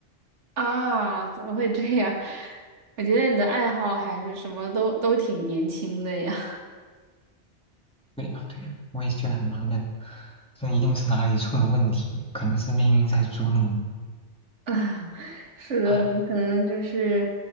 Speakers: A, on the right; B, in the centre.
A: 啊，怎么会这样？<laughs> 我觉得你的爱好还是什么都都挺年轻的呀。
B: 对呀，对呀，我也觉得很纳闷，这一定是哪里出了问题，可能是命运在捉弄我。
A: <laughs> 啊，是的，
B: <sighs>
A: 你可能就是，